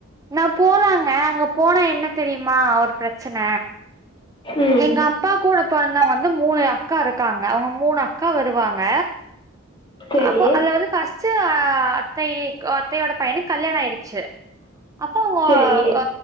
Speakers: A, on the right; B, on the left.
A: நா போலாங்க அங்க போனா என்ன தெரியுமா ஒரு பிரச்சன
B: ம்
A: எங்க அப் பா கூட பொறந்தவங்க வந்து மூணு அக்கா இருக்காங்க அவங்க மூணு அக்கா வருவாங்க
B: சேரி
A: அப்போ அதுல வந்து ஃபஸ்ட்டு அ அத்தை அத்தையோட பையனுக்கு கல்யாண ஆயிடுச்சு அப்போ வ
B: சேரி
A: வ